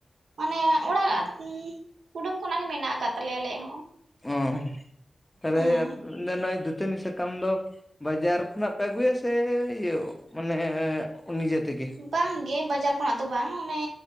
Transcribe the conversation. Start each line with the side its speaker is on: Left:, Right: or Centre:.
Right: ᱢᱟᱱᱮ ᱚᱲᱟᱜ ᱠᱩᱰᱟᱹᱢ ᱠᱷᱚᱱᱟᱜ ᱜᱮ ᱢᱮᱱᱟᱜ ᱠᱟᱜ ᱛᱟᱞᱮᱭᱟ ᱟᱞᱮᱭᱟᱜ ᱦᱚᱸ
Left: ᱚᱸ <unintelligible> <unintelligible>
Right: ᱦᱮᱸ
Left: ᱫᱟᱛᱟᱹᱱᱤ ᱥᱟᱠᱟᱢ ᱫᱚ ᱵᱟᱡᱟᱨ ᱠᱷᱚᱱᱟᱜ ᱯᱮ ᱟᱹᱜᱩᱭᱟ ᱥᱮ ᱤᱭᱟᱹ ᱢᱟᱱᱮ ᱱᱤᱡᱮ ᱛᱮᱜᱮ᱾
Right: ᱵᱟᱝ ᱜᱮ ᱵᱟᱡᱟᱨ ᱠᱷᱚᱱᱟᱜ ᱫᱚ ᱵᱟᱝ ᱚᱱᱮ